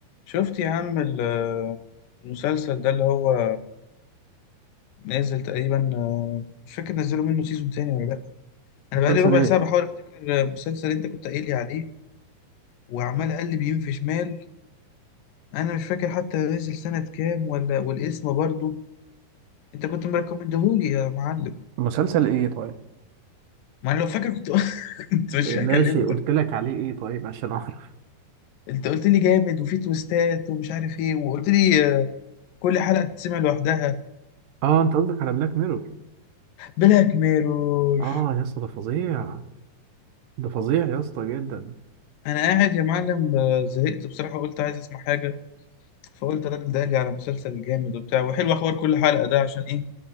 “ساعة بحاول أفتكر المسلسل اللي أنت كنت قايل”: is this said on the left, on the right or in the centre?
Left